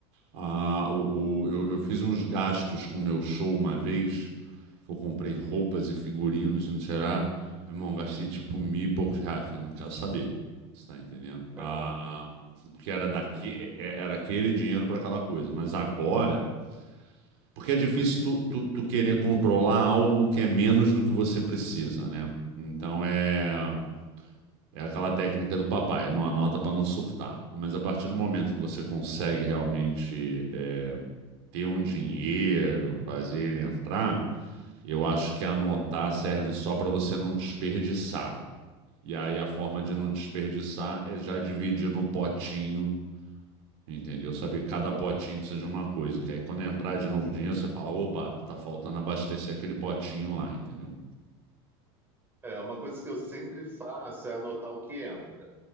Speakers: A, on the right (about 70°); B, on the right (about 15°).
A: Ah, o, o- eu, eu fiz uns gastos com o meu show uma vez, que eu comprei roupas e figurinos e não sei lá. Irmão, gastei tipo mil e poucos reais. Falei, não quero saber. Você tá entendendo? Ah,
B: é,
A: porque era daqui, é- é- era aquele dinheiro para aquela coisa. Mas agora, porque é difícil tu, tu, tu querer controlar algo que é menos do que você precisa, né? Então é. É aquela técnica do papai, não anota para não surtar. Mas a partir do momento que você consegue realmente é, ter um dinheiro, fazer ele entrar, eu acho que anotar serve só para você não desperdiçar. E aí a forma de não
B: é.
A: desperdiçar é já dividir no potinho, entendeu? Saber que cada potinho precisa de uma coisa, que aí quando entrar de novo o dinheiro, você fala, opa, tá faltando abastecer aquele potinho lá, entendeu?
B: É, uma coisa que eu sempre faço é anotar o que entra.